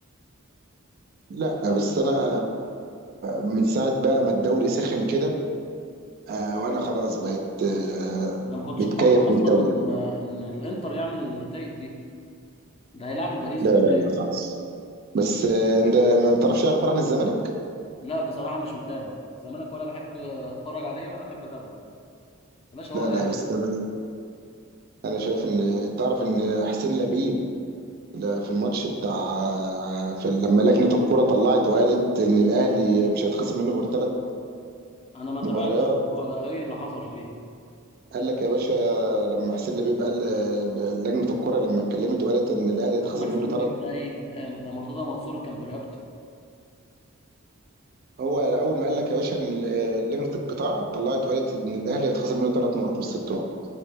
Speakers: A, on the right; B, on the left.
A: لا بس انا من ساعه بقى ما الدوري سخن كده آه، وانا خلاص بقيت آه،
B: انا ما كنتش
A: متكيف
B: اتوقع اصلا
A: من الدوري
B: ان آه، ان الانتر يعمل النتائج دي ده هيلاعب الباريس
A: لا
B: في النهائي
A: لا لا خالص بس آه، انت ما تعرفش أي اخبار عن الزمالك
B: لا بصراحه مش متابع الزمالك ولا بحب اتفرج عليه ولا احب اتابعه يا باشا
A: لا
B: هو الاهلي
A: لا بس
B: بس
A: انا انا شايف ان تعرف ان حسين لبيب لا، في الماتش بتاع في لما لجنه الكره طلعت وقالت ان الاهلي مش هيتخصم منه غير ثلاث
B: انا ما تابعتش
A: مباريات
B: الموضوع ده ايه اللي حصل فيه يا
A: قال لك يا باشا لما حسين لبيب قال آه، لجنه الكره لما اتكلمت وقالت ان الاهلي هيتخصم
B: عم حسين
A: منه ثلاث
B: لبيب ده اي كلام ده مرتضى منصور كان برقبته
A: هو اول ما قال لك يا باشا ان آه، لجنه القطاع طلعت وقالت ان الاهلي هيتخصم منه ثلاث نقط مش ست نقط